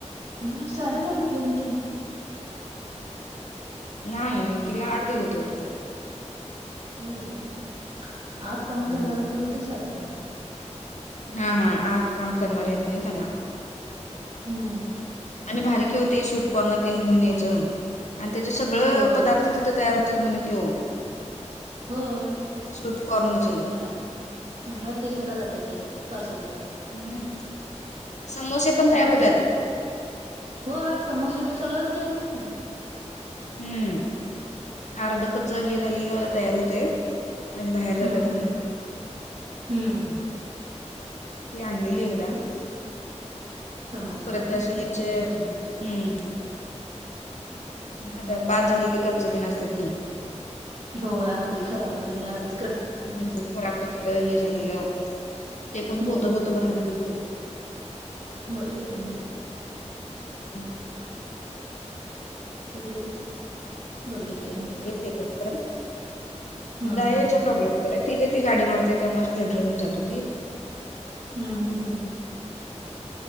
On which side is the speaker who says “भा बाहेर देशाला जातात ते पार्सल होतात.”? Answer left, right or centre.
Right